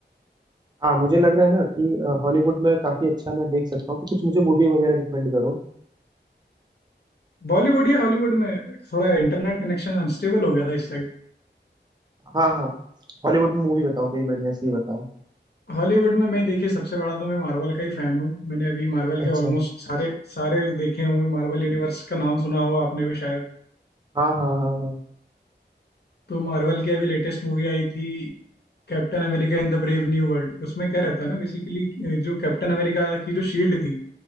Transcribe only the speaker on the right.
हाँ मुझे लग रहा है ना कि अ, हॉलीवुड में काफी अच्छा मैं देख सकता हूँ तो कुछ मुझे मूवी वगैरह रिकमेंड करो
हाँ हाँ हॉलीवुड में मूवी बताओ कोई बढ़िया सी बताओ
अच्छा
हाँ हाँ हाँ हाँ